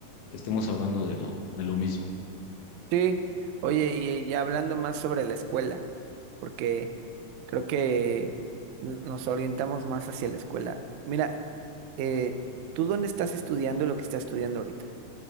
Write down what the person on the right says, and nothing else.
Sí, oye, y ya hablando más sobre la escuela, porque creo que no- nos orientamos más hacia la escuela. Mira, eh, ¿tú dónde estás estudiando lo que estás estudiando ahorita?